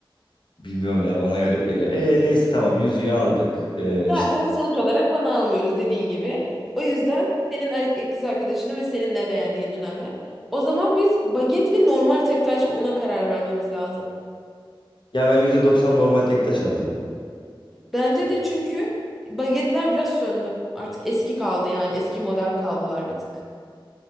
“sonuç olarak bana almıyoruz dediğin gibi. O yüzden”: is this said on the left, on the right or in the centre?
Centre